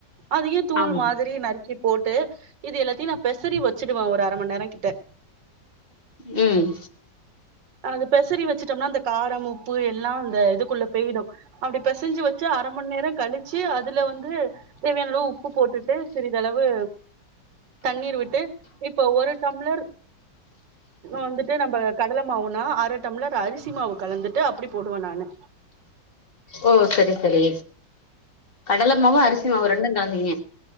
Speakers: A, on the right; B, on the left.
A: அதையு தூள்
B: ஆமா
A: மாதிரி நறுக்கி போட்டு இது எல்லாத்தியு நா பெசறி வச்சிடுவ ஒரு அர மணி நேர கிட்ட
B: ம்
A: அது பெசறி வச்சுட்டோம்னா அந்த காரம் உப்பு எல்லா அந்த இதுக்குள்ள பெய்டு அப்டி பேசஞ்சு வெச்சு அரமண்நேர கழிச்சு அதுல வந்து தேவயான அளவு உப்பு போட்டுட்டு சிறிதளவு தண்ணீர் விட்டு இப்ப ஒரு டம்ளர் வந்துட்டு நம்ப கடல மாவுன்னா அர டம்ளர் அரிசி மாவு கலந்துட்டு அப்டி போடுவ நானு
B: ஓ சரி சரி கடலமாவு அரிசிமாவு ரெண்டுங்கலந்தீங்க